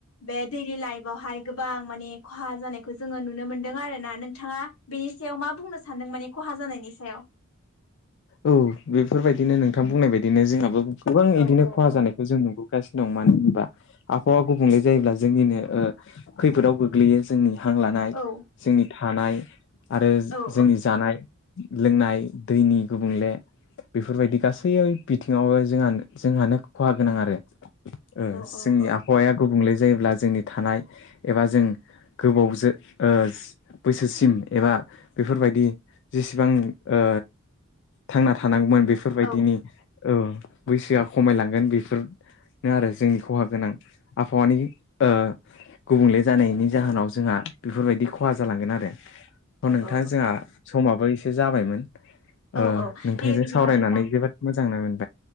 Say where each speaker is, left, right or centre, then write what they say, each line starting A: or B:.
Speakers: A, on the left (about 85°); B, on the left (about 55°).
A: बे दैलि लाइफआवहाय गोबां माने खहा जानायखौ जोंङो नुनो मोनदों आरो ना नोंथांङा बेनि सायाव मा बुंनो सानदों माने खहा जानायनि सायाव
B: औ बेफोरबायदिनो नोंथां बुंनाय बायदिनो जोंहाबो गोबां
A: औ
B: बिदिनो
A: औ
B: खहा
A: औ
B: जानायखौ जों नुबोगासिनो दं मानो होनबा आबहावा गुबुंले जायोब्ला जोंनिनो ओ खैफोदाव गोग्लैयो जोंनि हां लानाय
A: औ
B: जोंनि थानाय आरो
A: औ
B: जोंनि
A: औ
B: जानाय लोंनाय दैनि गुबुंले बेफोरबायदि गासै बिथिंङावबो जोंहा जोंहानो खहा गोनां आरो ओ जोंनि
A: औ औ
B: आबहावाया गुबुंले जायोब्ला जोंनि थानाय एबा जों गोबावजो ओ बैसोसिम एबा बेफोरबायदि जेसेबां ओ थांना थानांगौमोन बेफोरबायदिनि
A: औ
B: औ बैसोआ खमायलांगोन बेफोरनो आरो जोंनि खहा गोनां आबहावानि ओ गुबुंले जानायनि जाहोनाव जोंहा बेफोरबायदि खहा जालांगोन आरो नोंथां
A: औ
B: जोंहा समाबो एसे जाबायमोन
A: औ
B: ओ
A: औ
B: नोंथांजों
A: दे बिदिबा
B: सावरायनानै
A: नोंथां
B: जोबोद मोजां मोजां ओ